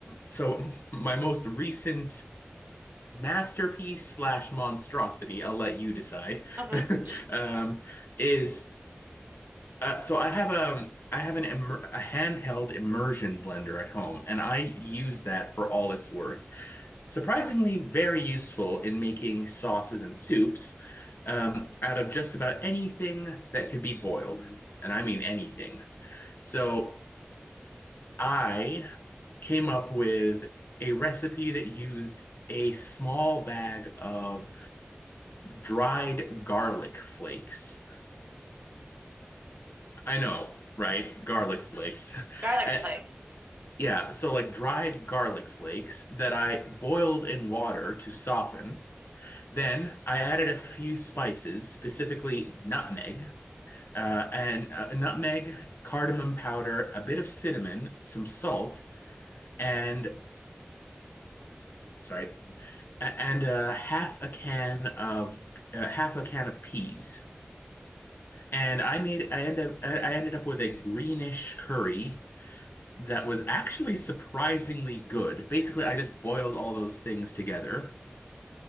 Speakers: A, on the left; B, on the right.
A: so my most recent masterpiece slash monstrosity, I'll let you decide,
B: cook?
A: <laughs>
B: <laughs>
A: um, is Uh, so I have a I have an immer a handheld immersion blender at home, and I use that for all it's worth. Surprisingly, very useful in making sauces and soups um, out of just about anything that could be boiled, and I mean anything. So I came up with a recipe that used a small bag of dried garlic flakes. I know, right? Garlic flakes.
B: Garlic
A: <laughs> A-
B: flakes.
A: Yeah, so like dried garlic flakes that I boiled in water to soften. Then I added a few spices, specifically nutmeg, uh, and uh, nutmeg, cardamom powder, a bit of cinnamon, some salt, and sorry, a- and uh, half a can of uh, half a can of peas. And I made I ended up, I I ended up with a greenish curry that was actually surprisingly good. Basically, I just boiled all those things together